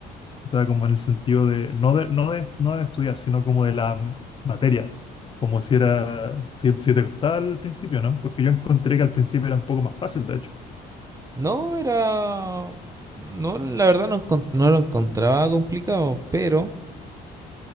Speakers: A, on the left; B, on the right.
A: o sea, como en el sentido de, no de, no de, no de estudiar, sino como de la m- materia. Como si era, si, si te costaba al principio, ¿no? Porque yo encontré que al principio era un poco más fácil, de hecho.
B: No, era... No, la verdad no, encon- no lo encontraba complicado, pero